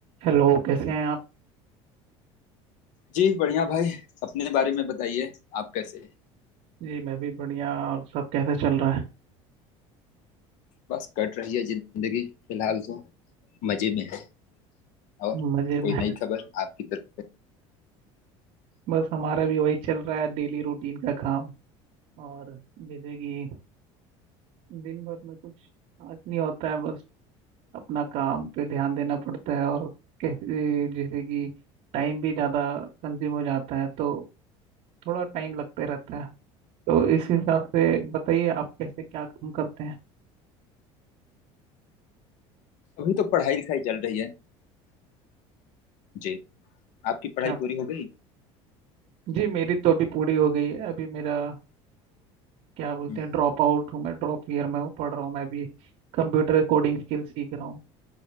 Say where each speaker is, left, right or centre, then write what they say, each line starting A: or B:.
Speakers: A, on the right (about 65°); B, on the left (about 65°).
A: हेलो कैसे हैं आप
B: जी बढ़िया भाई अपने बारे में बताइए आप कैसे हैं
A: जी मैं भी बढ़िया और सब कैसा चल रहा है
B: बस कट रही है जिंदगी फिलहाल तो मजे में है और
A: मजे
B: कोई
A: में
B: नई खबर आपकी तरफ से
A: बस हमारा भी वही चल रहा है डेली रूटीन का काम और जैसे कि दिन भर में कुछ खास नहीं होता है बस अपना काम पे ध्यान देना पड़ता है और कैसे जैसे कि टाइम भी ज़्यादा कंज्यूम हो जाता है तो थोड़ा टाइम लगते रहता है तो इस हिसाब से बताइए आप कैसे क्या काम करते हैं
B: अभी तो पढ़ाई लिखाई चल रही है जी आपकी
A: अच्छा,
B: पढ़ाई पूरी हो गई
A: जी मेरी तो अभी पूरी हो गई है अभी मेरा अ, क्या बोलते
B: हम्म,
A: हैं ड्रॉप आउट हूँ मैं ड्रॉप ईयर में हूँ पढ़ रहा हूँ मैं अभी कंप्यूटर कोडिंग स्किल सीख रहा हूँ